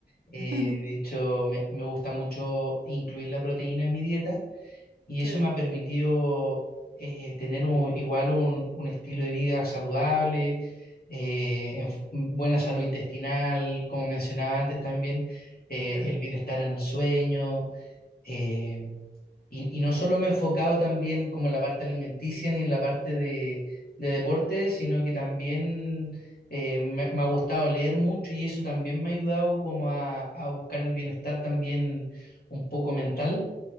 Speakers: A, on the left; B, on the right.
A: Eh,
B: <laughs>
A: de hecho, me, me gusta mucho incluir la proteína en mi dieta y
B: Claro.
A: eso me ha permitido eh, tener un- igual un, un estilo de vida saludable, eh, en f- buena salud intestinal, como mencionaba antes también, eh,
B: Claro.
A: el bienestar en el sueño. eh, y, y no solo me he enfocado también como en la parte alimenticia ni en la parte de, de deporte, sino que también eh, me, me ha gustado leer mucho y eso también me ha ayudado como a, a buscar el bienestar también un poco mental,